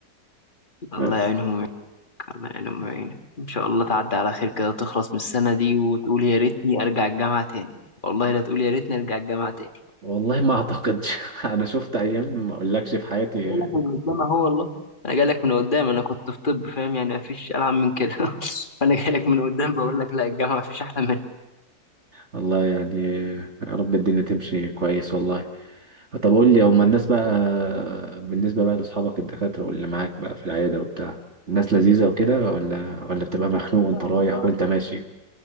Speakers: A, on the left (about 25°); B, on the right (about 40°).
A: الله
B: بس
A: يعينهم ويعينك الله يعينهم ويعينك ان شاء الله تعدي على خير كده وتخلص من السنة دي وتقول يا ريتني ارجع الجامعة تاني والله لا تقول يا ريتني ارجع الجامعة تاني
B: والله ما اعتقدش <laughs> انا شفت ايام ما اقولكش في حياتي
A: أنا جاي لك من قدام اهو والله انا جاي لك من قدام انا كنت في طب فاهم يعني مفيش العن من كده <laughs> فانا جاي لك من قدام بقول لك لا الجامعة مفيش احلى منها
B: والله يعني يا رب الدنيا تمشي كويس والله طب قول
A: بإذن
B: لي هما
A: الله.
B: الناس بقى بالنسبة بقى لأصحابك الدكاترة واللي معاك بقى في العيادة وبتاع الناس لذيذة
A: مم.
B: وكده ولا ولا بتبقى مخنوق وانت
A: آه
B: رايح
A: والله
B: وانت ماشي